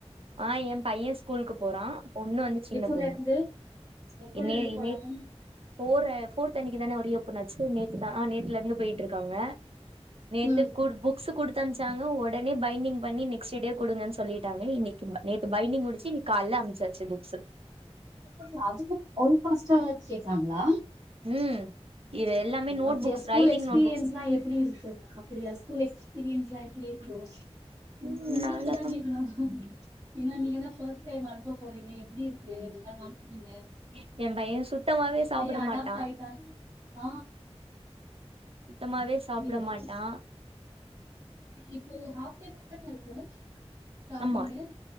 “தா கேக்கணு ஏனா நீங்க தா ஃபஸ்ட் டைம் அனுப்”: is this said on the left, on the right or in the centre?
Right